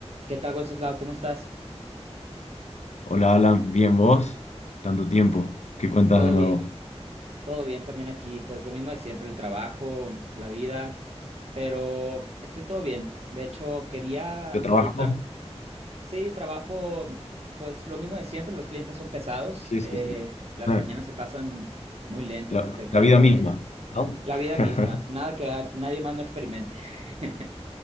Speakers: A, on the right; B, on the left.
A: ¿Qué tal, Wenceslao? ¿Cómo estás?
B: Hola Alan, bien vos, tanto tiempo, ¿qué cuentas
A: Todo
B: de nuevo?
A: bien, todo bien también aquí. Pues lo mismo de siempre, el trabajo, la vida, pero estoy todo bien. De hecho, quería
B: ¿Yo trabajo?
A: preguntarte, sí, trabajo, pues lo mismo de siempre, los clientes son pesados,
B: Sí,
A: eh,
B: sí, sí.
A: las
B: Eh,
A: mañanas se pasan muy lento
B: La,
A: porque el calor,
B: la vida misma,
A: eh,
B: ¿no?
A: la
B: <laughs>
A: vida misma, nada que a- nadie más no experimente. <laughs>